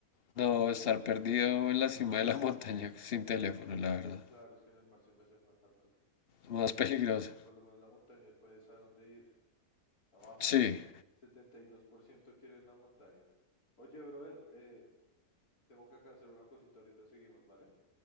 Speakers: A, on the left; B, on the left.
A: No, estar perdido en la cima de la <laughs> montaña sin teléfono, la verdad.
B: Claro, es que en el mar se me hace más hardcore.
A: Más peligroso.
B: Por lo menos la montaña puedes a dónde ir. Abajo.
A: Sí.
B: <laughs> 72% quieren la montaña. Oye, brother, eh, tengo que acá hacer una cosita. Ahorita seguimos, ¿vale?